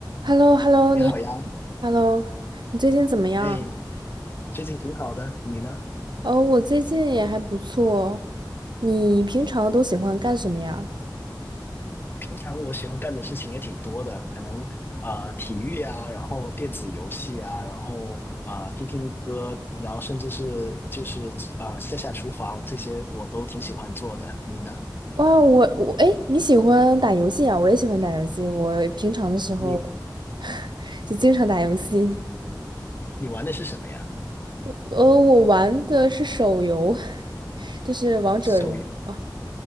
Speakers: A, on the right; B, on the left.
A: h e l l o h e l l o 你好
B: 你好呀，
A: ，Hello，你最近怎么样？
B: 哎，最近挺好的，你呢？
A: 哦，我最近也还不错。你平常都喜欢干什么呀？
B: 平常我喜欢干的事情也挺多的，可能啊、呃体育啊，然后电子游戏啊，然后啊、听听歌，然后甚至是就是啊、下下厨房这些我都挺喜欢做的。你呢？
A: 哇，我我哎，你喜欢打游戏啊？我也喜欢打游戏。我平常的时候
B: 你
A: <laughs> 就经常打游戏。
B: 你玩的是什么呀？
A: 我呃，我玩的是手游，<laughs> 就是王者荣耀，
B: 手游
A: 哦